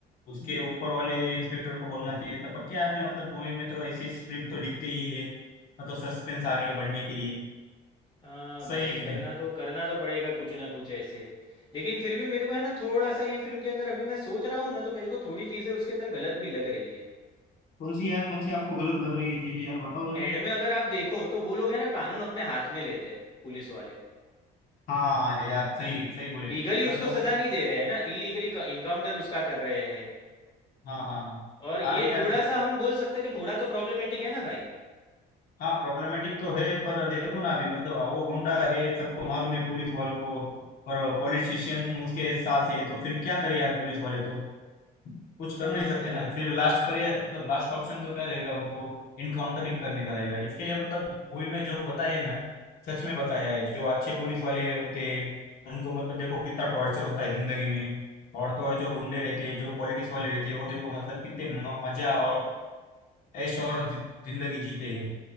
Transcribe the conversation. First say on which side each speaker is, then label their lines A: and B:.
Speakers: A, on the left; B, on the left.
A: उसके ऊपर वाले इंस्पेक्टर को बोलना चाहिए था पर क्या आपने मतलब मूवी में तो ऐसी स्क्रिप्ट तो लिखते ही है मतलब सस्पेंस आगे बढ़ने के लिए
B: हाँ
A: सही
B: भाई,
A: है कि
B: करना
A: नहीं
B: तो करना तो पड़ेगा कुछ ना कुछ ऐसे। लेकिन फिर भी मेरे को है ना थोड़ा-सा ये फ़िल्म के अंदर अभी मैं सोच रहा हूँ ना तो मेरे को थोड़ी चीज़ें उसके अंदर गलत भी लग रही है।
A: कौन सी यार कौन सी आपको गलत लग रही है चीजें यार बताओ जरा
B: एंड में अगर आप देखो तो वो लोग है ना कानून अपने हाथ में लेते हैं, पुलिस वाले।
A: हाँ यार सही सही बोले
B: लीगली उसको
A: मतलब वो
B: सजा नहीं दे रहे हैं ना इलीगली इनकाउंटर उसका कर रहे हैं
A: हाँ हाँ हाँ
B: और ये
A: अरे यार
B: थोड़ा
A: दे-
B: सा हम बोल सकते हैं कि थोड़ा तो प्रॉब्लमेटिक है ना भाई
A: हाँ प्रॉब्लमेटिक तो है पर देखो ना अभी मतलब वो गुंडा है सबको मालूम है पुलिस वालों को पर पॉलिटिशियन उसके साथ है तो फिर क्या करे यार पुलिस वाले तो कुछ कर
B: हाँ
A: नहीं सकते
B: भाई
A: ना फिर लास्ट पर ये मतलब लास्ट ऑप्शन तो क्या रहेगा उनको इनकाउंटर ही करने का रहेगा इसके लिए मतलब मूवी में जो बताया है ना सच में बताया है जो अच्छे पुलिस वाले होते हैं उनको मतलब देखो कितना टॉर्चर होता है जिंदगी में और तो और जो गुंडे रहते हैं जो पॉलिटिक्स वाले रहते हैं वो देखो मतलब कितने म- मजा और ऐश और जि- जिंदगी जीते हैं